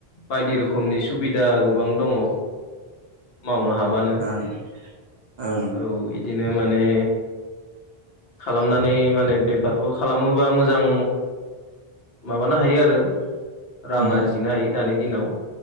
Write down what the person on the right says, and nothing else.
ओं ओं ओं
उम